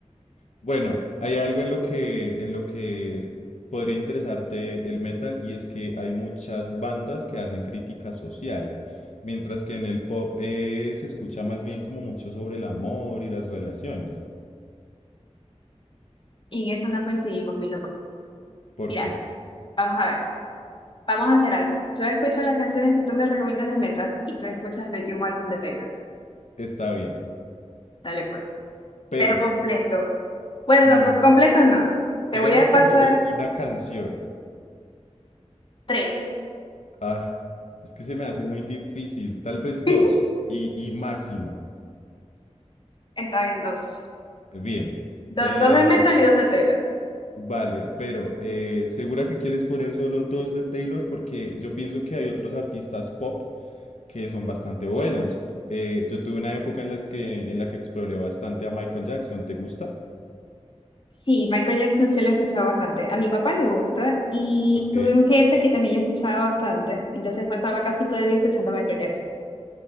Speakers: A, on the left (about 80°); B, on the left (about 45°).
A: Bueno, hay algo en lo que, en lo que podría interesarte el metal y es que hay muchas bandas que hacen crítica social, mientras que en el pop eh, se escucha más bien como mucho sobre el amor y las relaciones.
B: Y en eso no coincidimos, mi loco.
A: ¿Por
B: Mira,
A: qué?
B: vamos a ver. Vamos a hacer algo. Yo escucho las canciones que tú me recomiendas de metal y tú escuchas el último álbum de Taylor.
A: Está bien,
B: Dale, pues.
A: pero
B: Pero completo. Bueno,
A: mm,
B: no, co- completo no.
A: digamos
B: Te voy a
A: que
B: pasar
A: solo una canción.
B: tres.
A: Ah, es que se me hace muy difícil, tal vez
B: <laughs>
A: dos y, y máximo.
B: Está bien, dos.
A: Bien.
B: Do-
A: eh,
B: dos de metal y dos de Taylor.
A: Vale, pero eh, ¿segura que quieres poner solo dos de Taylor? Porque yo pienso que hay otros artistas pop que son bastante buenos. Eh, yo tuve una época en las que, en la que exploré bastante a Michael Jackson. ¿Te gusta?
B: Sí, Michael Jackson sí lo he escuchado bastante. A mi papá le gusta y
A: Ok.
B: tuve un jefe que también le escuchaba bastante. Entonces pasaba casi todo el día escuchando a Michael Jackson.